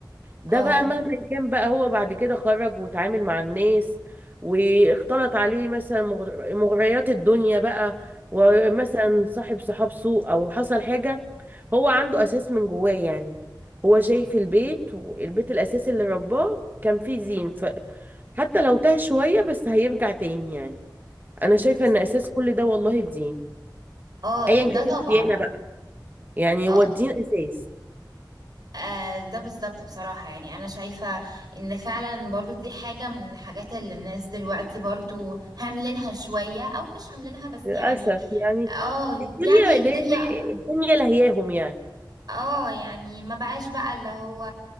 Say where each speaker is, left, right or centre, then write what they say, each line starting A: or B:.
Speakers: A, on the right; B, on the right.
A: ده
B: اه
A: بقى مهما كان بقى هو بعد كده خرج وتعامل مع الناس واختلط عليه مثلا مغر- مغريات الدنيا بقى ومثلا صاحب صحاب سوء او حصل حاجة هو عنده اساس من جواه يعني هو شايف البيت والبيت الاساس اللي رباه كان فيه زين فحتى لو تاه شوية بس هيرجع تاني يعني انا شايفة
B: بز-
A: ان اساس كل ده والله الدين
B: اه
A: ايا
B: ده
A: كانت
B: طبعا
A: الديانة بقى يعني
B: اه
A: هو الدين اساس
B: آه، ده بالظبط بصراحة يعني أنا شايفة إن فعلا برضو دي حاجة من الحاجات اللي الناس دلوقتي برضو هاملينها شوية أو مش هاملينها بس
A: للأسف
B: يعني
A: يعني
B: اه
A: الدنيا
B: يعني الدنيا
A: اللي هي زي إيه؟ الدنيا لهياهم يعني
B: اه يعني ما بقاش بقى اللي هو